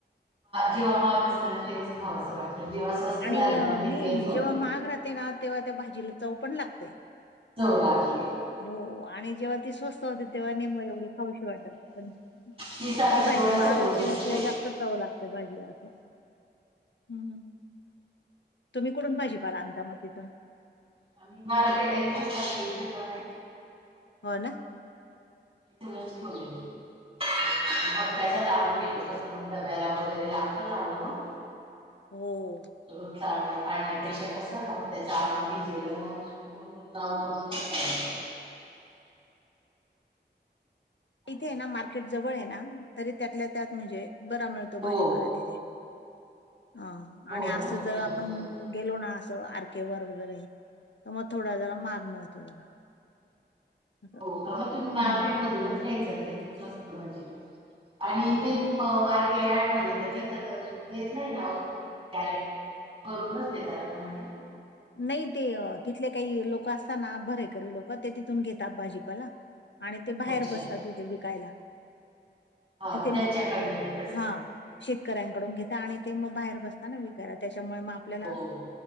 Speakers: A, on the right; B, on the left.
A: जेव्हा महाग असतं ना तेव्हाच खावं असं वाटतं जेव्हा स्वस्त
B: आणि
A: झाली
B: नाही
A: ना मेथी अजून
B: जेव्हा महाग राहते ना तेव्हा त्या भाजीला चव पण लागते
A: चव लागते
B: हो आणि जेव्हा ती स्वस्त होते तेव्हा नेमकी एवढी खाऊशी वाटत नाही
A: ती सारखी
B: जी भाजी
A: डोळ्यासमोर
B: महाग असते
A: दिसते
B: ना तिला जास्त चव लागते भाजी अस हम् तुम्ही कुठून भाजी पाला आणता मग तिथून
A: आणि मार्केट आहे खूप सारखे इथे पण आहे
B: हो ना,
A: तेवढाच स्टॉल <inaudible> मग त्याच्या लांब गेलो कसं डब्याला वगैरे लागत ना ओ मग
B: हम्म
A: रोज चालत आणण्यापेक्षा कसं ना त्याच आणून घेतलेलं मग तुम्ही <unintelligible> हॅलो
B: इथे आहे ना मार्केट जवळ आहे ना तरी त्यातल्या त्यात म्हणजे बरा मिळतो
A: हो
B: भाजीपाला तिथे. ह आणि
A: हो
B: असं
A: ना
B: जर
A: हम्म.
B: आपण गेलो ना असं आर केे वर वगैरे तर मग थोडा जरा महाग मिळतो जरा. असं.
A: हो का मग तुम्ही मार्केट
B: हं.
A: मधूनच घ्यायचं तेे स्वस्त असत म्हणजे आणि
B: हं.
A: तेे बारकेट मध्ये तर तिथं तर देत नाही ना त कॅरेट भगुनच देतात ना म्हणे
B: नाही ते तिथले काही लोक असतात ना भरे कररी लोक ते तिथून घेतात भाजीपाला आणि ते बाहेर
A: अच्छा
B: बसतात तिथे विकायला
A: हा
B: तिथे
A: मग त्यांच्याकडनं घेत असेल
B: हा शेतकऱ्यांकडून घेता
A: हा.
B: आणि ते मग बाहेर बसताना विकायला त्याच्यामुळे मग आपल्याला
A: हो